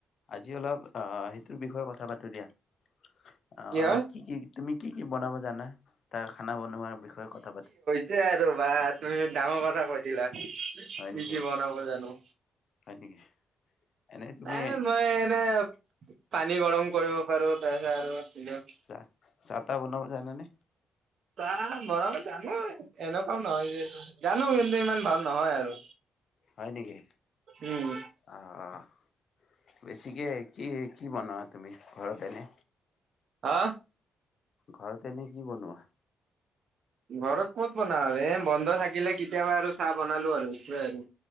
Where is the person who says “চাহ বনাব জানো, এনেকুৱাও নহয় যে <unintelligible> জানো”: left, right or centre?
Right